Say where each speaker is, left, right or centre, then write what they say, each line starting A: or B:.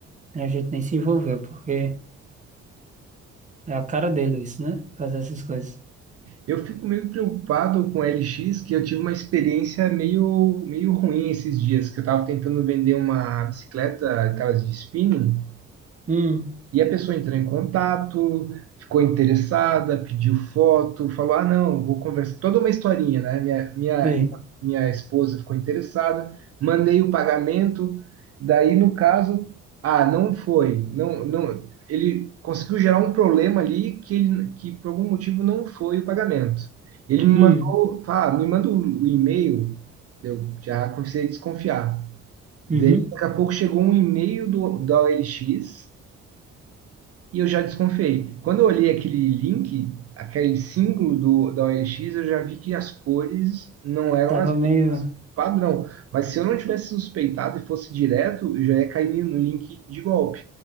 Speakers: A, on the right; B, on the right.
A: e a gente nem se envolveu, porque é a cara dele isso, né? Fazer essas coisas.
B: Eu fico meio preocupado com LX, que eu tive uma experiência meio, meio ruim esses dias, que eu estava tentando vender uma bicicleta, aquelas de spinning,
A: Hum,
B: E a pessoa entrou em contato, ficou interessada, pediu foto, falou: Ah, não, vou conversar. Toda uma historinha, né? Minha, minha,
A: sei.
B: minha esposa ficou interessada, mandei o pagamento. Daí, no caso, ah, não foi. Não, não, ele conseguiu gerar um problema ali que, ele, que por algum motivo não foi o pagamento. Ele me
A: Hum,
B: mandou, ah, me manda o e-mail, eu já comecei a desconfiar. Daí,
A: uhum.
B: daqui a pouco chegou um e-mail do, da OLX e eu já desconfiei. Quando eu olhei aquele link, aquele símbolo do, da OLX, eu já vi que as cores não eram
A: Tava
B: as
A: meio.
B: mesmas padrão. Mas se eu não tivesse suspeitado e fosse direto, eu já ia cair no link de golpe.